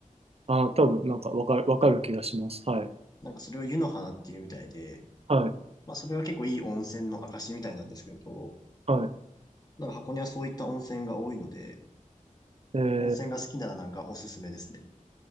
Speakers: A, on the right (about 45°); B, on the left (about 25°).
A: あ、多分なんかわかる、わかる気がします。はい。
B: なんかそれを湯の花っていうみたいで、
A: はい。
B: まあそれは結構いい温泉の証みたいなんですけど、
A: は
B: なんか箱根はそういった温泉が多いので、
A: い。えー、
B: 温泉が好きならなんかおすすめですね。